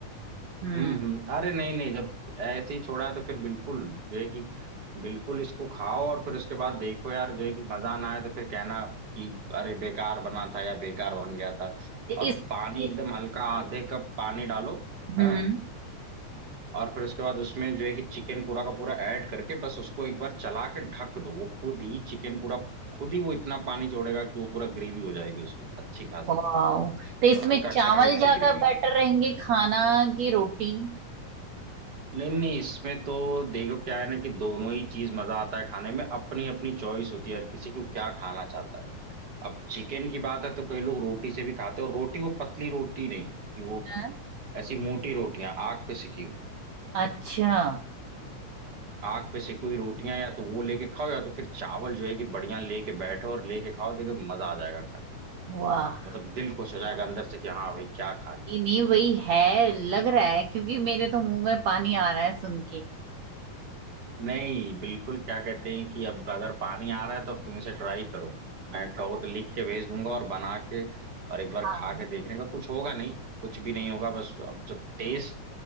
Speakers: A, on the right; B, on the right.
A: हम्म
B: हम्म हम्म अरे नहीं नहीं जब ऐसे ही छोड़ा है तो फिर बिल्कुल जो है कि बिल्कुल इसको खाओ और फिर उसके बाद देखो यार जो है कि मजा ना आए तो फिर कहना कि अरे बेकार बना था या बेकार बन गया था
A: तो
B: और
A: इस
B: पानी
A: इस
B: एकदम हल्का आधे कप पानी डालो
A: हम्म
B: हाँ और फिर उसके बाद उसमें जो है कि चिकन पूरा का पूरा ऐड करके बस उसको एक बार चला के ढक दो वो खुद ही चिकन पूरा खुद ही वो इतना पानी छोड़ेगा कि वो पूरा ग्रेवी हो जाएगी उसमें अच्छी खासी
A: वाओ तो इसमें
B: और हल्का
A: चावल
B: टाइट सी
A: ज्यादा
B: ग्रेवी
A: बेटर रहेंगे खाना की रोटी
B: नहीं नहीं इसमें तो देखो क्या है ना कि दोनों ही चीज मजा आता है खाने में अपनी अपनी चॉइस होती है हर किसी को क्या खाना चाहता है अब चिकन की बात है तो कई लोग रोटी से भी खाते हैं और रोटी वो पतली रोटी नहीं कि वो
A: हाँ
B: ऐसी मोटी रोटियां आग पे सिकी हुई
A: अच्छा
B: आग पे सिकी हुई रोटियां या तो वो लेके खाओ या तो फिर चावल जो है कि बढ़िया लेके बैठो और लेके खाओ देखो मजा आ जाएगा खा के
A: वाह
B: मतलब दिल खुश हो जाएगा अंदर से कि हाँ भाई क्या खा लिया
A: ये नहीं वही है लग रहा है क्योंकि मेरे तो मुंह में पानी आ रहा है सुन के
B: नहीं बिल्कुल क्या कहते हैं कि अब अगर पानी आ रहा है तो अब तुम इसे ट्राई करो मैं कहो तो लिख के भेज दूंगा और बना के और एक
A: हाँ
B: बार खा के देखने का कुछ होगा नहीं कुछ भी नहीं होगा बस अब जब टेस्ट